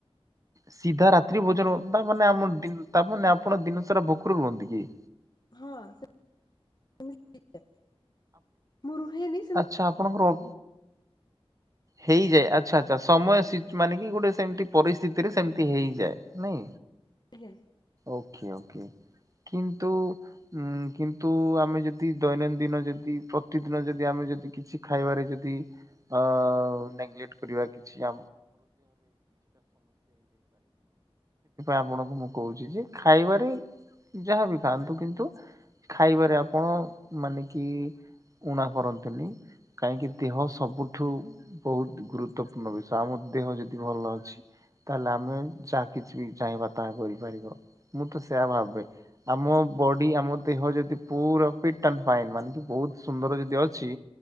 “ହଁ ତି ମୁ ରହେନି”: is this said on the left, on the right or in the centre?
Left